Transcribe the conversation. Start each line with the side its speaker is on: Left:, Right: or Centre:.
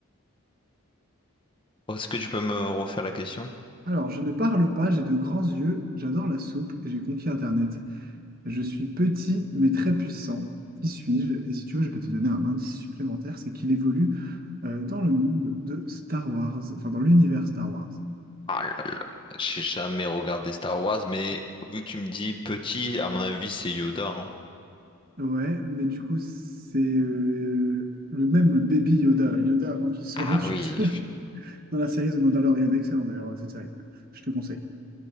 Left: Est-ce que tu peux me refaire la question?
Right: Alors, je ne parle pas, j'ai de grands yeux, j'adore la soupe et j'ai conquis Internet. Je suis petit mais très puissant. Qui suis-je? Et si tu veux, je peux te donner un indice supplémentaire, c'est qu'il évolue euh, dans le monde de Star Wars, enfin dans l'univers Star Wars.
Left: Ah là là, j'ai jamais regardé Star Wars, mais vu que tu me dis petit, à mon avis, c'est Yoda, hein.
Right: Ouais, mais du coup, c'est euh, le même le baby Yoda, Yoda avant qu'il soit
Left: Ah
Right: adulte,
Left: oui.
Right: <laughs> dans la série The Mandalorian. Excellent d'ailleurs, euh, cette série. Je te conseille.